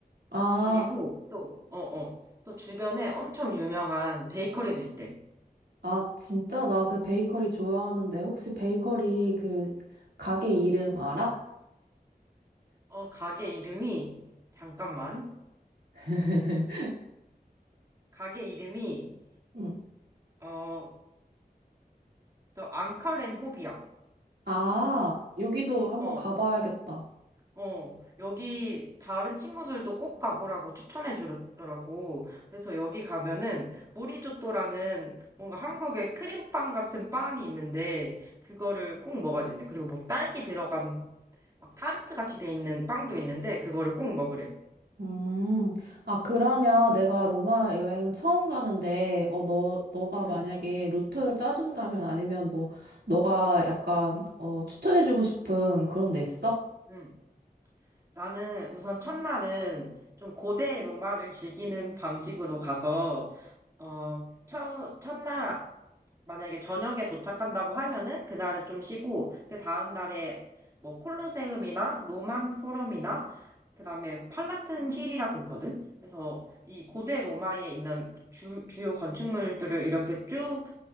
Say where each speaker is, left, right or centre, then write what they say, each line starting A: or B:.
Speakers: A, on the right; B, on the right.
A: 아,
B: 그리고 또, 어, 어, 또 주변에 엄청 유명한 베이커리도 있대.
A: 아, 진짜 나 그 베이커리 좋아하는데 혹시 베이커리 그 가게 이름 알아?
B: 어, 가게 이름이, 잠깐만.
A: <laughs>
B: 가게 이름이,
A: 응.
B: 어, 더 앙카렌 호비야.
A: 아, 여기도 한번
B: 어,
A: 가봐야겠다.
B: 어, 여기 다른 친구들도 꼭 가보라고 추천해 주더라고. 그래서 여기 가면은 모리조또라는 뭔가 한국의 크림빵 같은 빵이 있는데 그거를 꼭 먹어야 된대. 그리고 뭐 딸기 들어간 막 타르트 같이 돼 있는 빵도 있는데 그거를 꼭 먹으래.
A: 음, 아, 그러면 내가 로마 여행은 처음 가는데, 어, 너, 너가
B: 음,
A: 만약에 루트를 짜준다면 아니면 뭐, 너가 약간, 어, 추천해주고 싶은 그런 데 있어?
B: 음. 나는 우선 첫날은 좀 고대 로마를 즐기는 방식으로 가서 어, 첫, 첫날 만약에 저녁에 도착한다고 하면은 그날은 좀 쉬고 그 다음 날에 뭐 콜로세움이나 로만 포럼이나 그다음에 팔라튼 힐이라고 있거든. 그래서 이 고대 로마에 있는 주, 주요 건축물들을 이렇게 쭉